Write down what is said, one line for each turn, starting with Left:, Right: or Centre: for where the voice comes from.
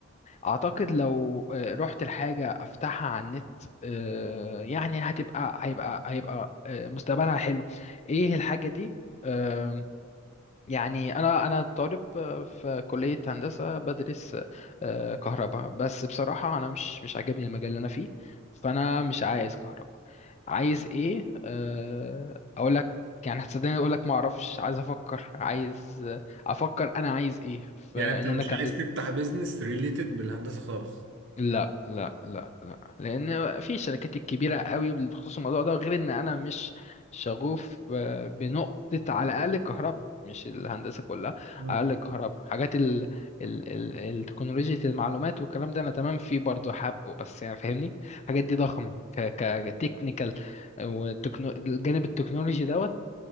Left: اعتقد لو آه، رحت الحاجه افتحها على النت آه، يعني هتبقى هيبقى هيبقى آه، مستقبلها حلو ايه الحاجه دي آم، يعني انا انا طالب آه، في كليه هندسه بدرس آه، كهرباء بس بصراحه انا مش مش عاجبني المجال اللي انا فيه فانا مش عايز كهرباء عايز ايه آه، اقول لك يعني هتصدقني اقول لك ما اعرفش عايز افكر عايز آه، افكر انا عايز ايه فان
Right: يعني انت مش
Left: انا كان
Right: عايز تفتح بيزنس ريليتد بالهندسة خالص
Left: لا لا لا لا لان في شركات الكبيره قوي بخصوص الموضوع ده غير ان انا مش شغوف آه، بنقطه على الاقل الكهرباء مش الهندسه كلها
Right: مم.
Left: على الاقل الكهرباء حاجات ال ال ال التكنولوجيا المعلومات والكلام ده انا تمام فيه برضه حابه بس يعني فاهمني الحاجات دي ضخمه ك ك تكنيكال والجانب التكنولوجي دوت